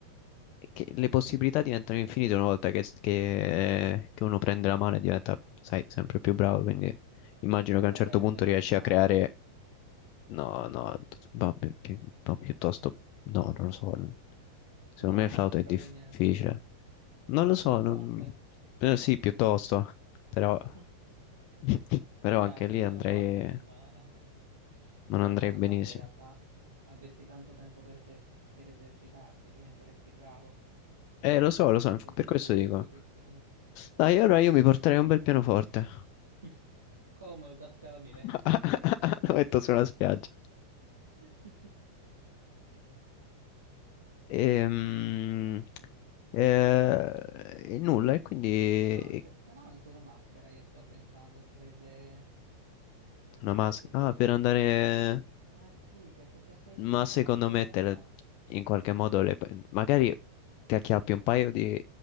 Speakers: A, on the left (about 40°); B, on the right (about 65°).
A: che le
B: Mm.
A: possibilità diventano infinite una volta che, che- eh, che uno prende la mano e diventa, sai, sempre più bravo, quindi immagino
B: Vabbè,
A: che a un certo
B: dai, almeno
A: punto riesci
B: il flauto.
A: a creare, no, no, ma pi- pi- ma piuttosto, no, non lo so, secondo
B: No,
A: me il flauto
B: eh, proprio
A: è difficile,
B: niente.
A: non
B: Un
A: lo so,
B: pianoforte.
A: non- eh, sì, piuttosto, però,
B: <laughs>
A: <laughs> però
B: Beh,
A: anche
B: anche
A: lì
B: il pianoforte
A: andrei,
B: non... eh. Però
A: non andrei
B: il pianoforte
A: benissimo.
B: in realtà avresti tanto tempo per, eser- per esercitarti, diventeresti bravo.
A: Eh, lo so,
B: con
A: lo so,
B: tutto
A: inf-
B: il tempo
A: per questo
B: che hai a disposizione.
A: dico. Dai, allora io mi porterei un bel pianoforte.
B: <laughs> Comodo, tascabile.
A: <laughs> Lo metto sulla spiaggia.
B: <laughs>
A: Ehm, eh, E, nulla, e quindi
B: Se no anche, se no anche una maschera, io sto pensando, sarebbe... Perché
A: una maschera.
B: se sei
A: Ah,
B: su...
A: per
B: un-
A: andare...
B: Ah sì, perché se sei su
A: Ma
B: un'isola
A: secondo
B: deserta...
A: me te le- in qualche modo le... magari ti acchiappi un paio di,